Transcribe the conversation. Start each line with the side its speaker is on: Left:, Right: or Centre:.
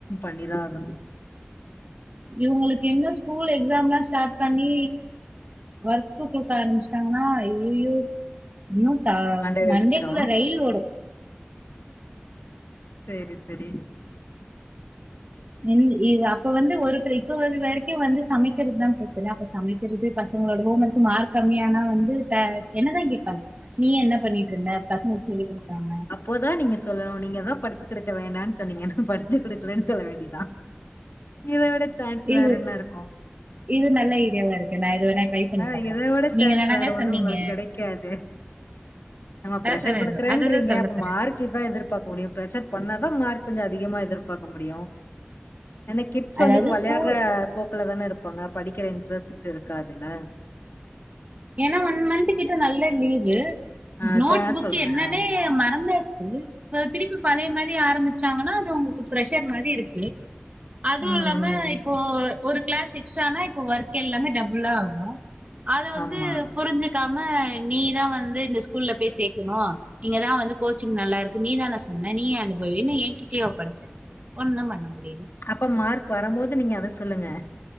Left: பண்ணிதா ஆகணு
Right: இவுங்களுக்கு என்ன ஸ்கூல் எக்ஸாம்லா ஸ்டார்ட் பண்ணி குடுக்க ஆரம்பிச்சிட்டாங்னா ஐயயோ இன்னு த
Left: மண்டைய வெடிச்சிடு
Right: மண்டேக்குள்ள ரயில் ஓடு
Left: சேரி சேரி
Right: இது அப்ப வந்து ஒரு ப்ரைக் இப்போ வரைக்கு வந்து சமைக்கறது தா ப்ரச்சன அப்ப சமைக்கறது பசங்களோட ஹோம் ஓர்க் மார்க் கம்மியானா வந்து பே என்னதா கேப்பாங்க நீ என்ன பண்ணிட்டு இருந்த பசங்களுக் சொல்லிகுடுக்காம
Left: அப்போதா நீங்க சொல்லணு நீங்க தா படிச்சு கொடுக்க வேண்டானு சொன்னீங்கா படிச்சு கொடுக்கலனு சொல்ல வேண்டிதா இத விட சான்ஸ்
Right: இது
Left: வேற என்ன இருக்கு
Right: இது நல்ல ஐடியாவ இருக்கு நா இத வேணா ட்ரை பண்ணி
Left: ஆ
Right: பாக்குறே
Left: இத விட
Right: நீங்க
Left: சான்ஸ்
Right: தானங்க
Left: வேற ஒண்ணு
Right: சொன்னீங்க
Left: உங்களுக்கு கெடைக்காது நம்ம
Right: அதான்
Left: ப்ரெஷர்
Right: சொன்னே
Left: குடுக்குறேன்றீங்க
Right: அததான் சொல்ல
Left: அப்ப
Right: போறே
Left: மார்க் கிதா எதிர்பாக்க முடியு ப்ரெஷர் பண்ணாதா மார்க் கொஞ்சோ அதிகமா எதிர்பாக்க முடியு ஏனா கிட்ஸ்
Right: அதாவது
Left: வந்து இப்ப வெளையாடுற
Right: ஸ்கூல்
Left: போக்குல தான இருப்பாங்க படிக்கிற இன்ட்ரெஸ்ட் இருக்காதுல
Right: ஏனா ஒன் மந்த் கிட்ட நல்ல லீவு
Left: அதா
Right: நோட் புக்
Left: சொல்றே
Right: என்னன்னே
Left: ஆமா
Right: மறந்தாச்சு இப்ப திருப்பி பழைய மாரி ஆரம்பிச்சாங்கனா அது உங்களுக்கு ப்ரெஷர் மாரி இருக்கு அதுவு
Left: ம்
Right: இல்லாம
Left: ம்
Right: இப்போ ஒரு கிளாஸ் எக்ஸ்டானா இப்ப ஒர்க் எல்லாமே டபுளா ஆகு அத வந்து
Left: ஆமா
Right: புரிஞ்சு க்காம நீதா வந்து இந்த ஸ்கூல்ல போய் சேக்கணு இங்கதா வந்து கோச்சிங் நல்லா இரு க்கு நீ தான சொன்ன நீயே அனுபவின்னு எ கிட்டயே ஒப்படச்சாச்சு ஒண்ணு பண்ண முடியாது
Left: அப்ப மார்க் வரபோது நீங்க அத சொல்லுங்க